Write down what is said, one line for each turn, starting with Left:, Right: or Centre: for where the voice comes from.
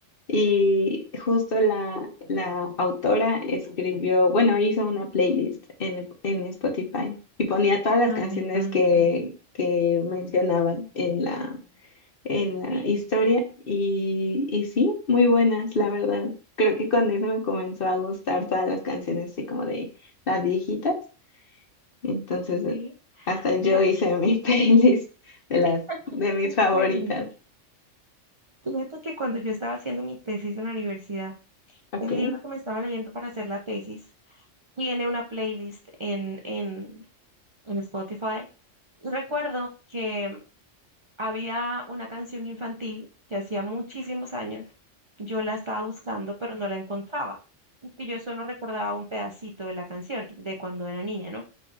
Left: Y justo la, la autora escribió, bueno, hizo una playlist en, en Spotify y ponía todas las
Right: ay,
Left: canciones
Right: me encanta.
Left: que, que mencionaban en la, en
Right: Sí,
Left: la historia y, y sí, muy buenas, la verdad. Creo que con eso me comenzó a gustar todas las canciones así como de las viejitas. Entonces, eh,
Right: sí.
Left: hasta yo
Right: Mira,
Left: hice mi <laughs> playlist de las
Right: <laughs>
Left: de mis
Right: qué
Left: favoritas.
Right: chévere. Fíjate que cuando yo estaba haciendo mi tesis en la universidad,
Left: Ok,
Right: el libro que me estaba leyendo para hacer la tesis tiene una playlist en, en, en Spotify. Y recuerdo que Había una canción infantil que hacía muchísimos años. Yo la estaba buscando, pero no la encontraba. Porque yo solo recordaba un pedacito de la canción, de cuando era niña, ¿no?